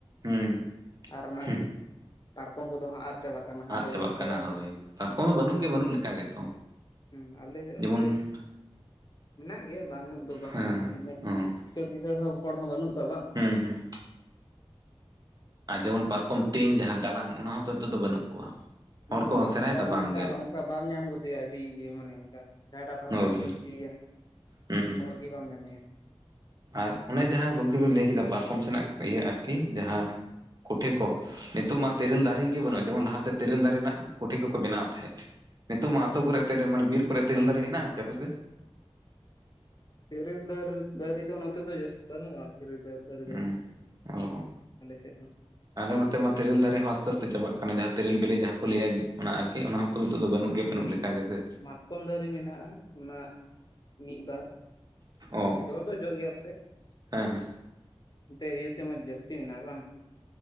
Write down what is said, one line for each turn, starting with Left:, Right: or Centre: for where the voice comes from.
Right: ᱦᱩᱸ
Left: ᱟᱨ ᱚᱱᱟ
Right: ᱦᱩᱸ
Left: ᱯᱟᱨᱠᱚᱢ ᱠᱩᱫᱚ ᱦᱟᱸᱜ ᱟᱫ ᱪᱟᱵᱟᱜ ᱠᱟᱱᱟ ᱦᱟᱸᱜ
Right: ᱟᱫ
Left: ᱵᱟᱹᱭ
Right: ᱪᱟᱵᱟᱜ
Left: ᱵᱟᱹᱭᱛᱮ
Right: ᱠᱟᱱᱟ
Left: ᱵᱟᱝ?
Right: ᱦᱳᱭ ᱯᱟᱨᱠᱚᱢ ᱫᱚ ᱵᱟᱹᱱᱩᱜᱮ ᱵᱟᱹᱱᱩᱜ ᱞᱮᱠᱟ ᱜᱮᱛᱚ
Left: ᱦᱩᱸ ᱟᱞᱮ ᱚᱱᱛᱮ
Right: ᱡᱮᱢᱚᱱ
Left: ᱢᱮᱱᱟᱜ ᱜᱮᱭᱟ ᱵᱟᱹᱱᱩᱜ ᱫᱚ ᱵᱟᱝ
Right: ᱦᱮᱸ
Left: ᱢᱟᱱᱮ ᱤᱱᱟᱹᱜ
Right: ᱦᱩᱸ
Left: ᱠᱤᱥᱬ ᱠᱤᱥᱬ ᱦᱚᱸ ᱦᱚᱲ ᱦᱚᱸ ᱵᱟᱹᱱᱩᱜ ᱠᱚᱣᱟ ᱵᱟᱝ
Right: ᱦᱩᱸ ᱦᱩᱸ ᱟᱨ ᱡᱮᱢᱚᱱ ᱯᱟᱨᱠᱚᱢ ᱛᱤᱧ ᱡᱟᱦᱟᱸ ᱜᱟᱞᱟᱝ ᱚᱱᱟ ᱦᱚᱸᱛᱚ ᱱᱤᱛᱚᱜ ᱫᱚ ᱵᱟᱹᱱᱩᱜ ᱠᱚᱣᱟ᱾
Left: ᱦᱩᱸ
Right: ᱦᱚᱲ ᱠᱚ
Left: ᱱᱮᱛᱟᱨ
Right: ᱥᱮᱬᱟᱭᱮᱫᱟ ᱵᱟᱝᱜᱮ
Left: ᱱᱮᱛᱟᱨ ᱚᱱᱠᱟ ᱵᱟᱢ ᱧᱟᱢ ᱜᱚᱫᱮᱭᱟ ᱟᱹᱰᱤ ᱤᱭᱟᱹ ᱢᱟᱱᱮ ᱚᱱᱠᱟ ᱾ ᱡᱟᱦᱟᱸᱭᱴᱟᱜ ᱯᱟᱨᱠᱚᱢ
Right: ᱦᱳᱭ
Left: ᱛᱤᱧ ᱩᱪᱚᱭᱟ
Right: ᱦᱩᱸ ᱦᱩᱸ
Left: ᱦᱚᱲᱜᱮ ᱵᱟᱢ ᱧᱟᱢᱮᱭᱟ᱾
Right: ᱟᱨ ᱚᱱᱮ ᱡᱟᱦᱟᱸ ᱜᱚᱢᱠᱮ ᱵᱤᱱ ᱞᱟᱹᱭ ᱠᱮᱫᱟ ᱯᱟᱨᱠᱚᱢᱥᱮᱱᱟᱜ ᱤᱭᱟᱹ ᱟᱨᱠᱤ ᱡᱟᱦᱟᱸ ᱠᱩᱴᱷᱮ ᱠᱚ ᱱᱤᱛ ᱱᱤᱛᱚᱜ
Left: ᱦᱩᱸ
Right: ᱢᱟ ᱛᱮᱨᱮᱞ ᱫᱟᱨᱮ ᱜᱮ ᱵᱟᱹᱱᱩᱜᱼᱟ ᱡᱮᱢᱚᱱ ᱞᱟᱦᱟᱛᱮ ᱛᱮᱨᱮᱞ ᱫᱟᱨᱮ ᱨᱮᱱᱟᱜ ᱠᱩᱴᱷᱮ ᱠᱚᱠᱚ ᱵᱮᱱᱟᱣ ᱛᱟᱦᱮᱸᱫ ᱱᱤᱛᱚᱜ ᱢᱟ
Left: ᱦᱮᱸ
Right: ᱟᱛᱩ ᱠᱚᱨᱮ ᱛᱮᱨᱮᱞ ᱢᱟᱱᱮ ᱵᱤᱨ ᱠᱚᱨᱮ ᱛᱮᱨᱮᱞ ᱫᱟᱨᱮ ᱦᱮᱱᱟᱜ-ᱟ ᱠᱮ ᱟᱯᱮᱥᱮ
Left: ᱛᱤᱨᱤᱞ ᱫᱟᱨ ᱫᱟᱨᱮ ᱫᱚ ᱱᱚᱛᱮ ᱫᱚ ᱡᱟᱹᱥᱛᱤ ᱵᱟᱹᱱᱩᱜ-ᱟ ᱛᱤᱨᱤᱞ ᱫᱟᱨᱮ ᱫᱚ
Right: ᱦᱩᱸ ᱚ
Left: ᱟᱞᱮᱥᱮᱫ ᱫᱚ
Right: ᱟᱞᱮ ᱱᱚᱛᱮ ᱢᱟ ᱛᱮᱤᱨᱞ ᱫᱟᱨᱮ ᱦᱚᱸ ᱟᱥᱛᱮ ᱟᱥᱛᱮ ᱪᱟᱵᱟᱜ ᱠᱟᱱᱟ ᱡᱟᱦᱟᱸ ᱛᱤᱨᱤᱞ ᱵᱤᱞᱤ ᱡᱟᱦᱟᱸ ᱠᱚ ᱞᱟᱹᱭᱟ ᱚᱱᱟ ᱟᱨᱠᱤ ᱚᱱᱟᱦᱚ ᱱᱤᱛᱚᱜ ᱫᱚ ᱵᱟᱹᱱᱩᱜ ᱜᱮᱭᱟ ᱵᱟᱹᱱᱩᱜ ᱞᱮ ᱠᱟᱜ ᱜᱮ ᱥᱮ
Left: ᱢᱟᱛᱠᱚᱢ ᱫᱟᱨᱮ ᱢᱮᱱᱟᱜ-ᱟ ᱚᱱᱟ ᱢᱤᱫ ᱵᱟᱨ
Right: ᱚ
Left: ᱡᱚ ᱫᱚ ᱡᱚᱜ ᱜᱮᱭᱟ ᱯᱟᱥᱮ
Right: ᱦᱮᱸ ᱦᱮᱸ
Left: ᱮᱱᱛᱮ ᱤᱭᱟᱹ ᱥᱮ ᱢᱟ ᱡᱟᱹᱥᱛᱤ ᱢᱮᱱᱟᱜ-ᱟ ᱵᱟᱝ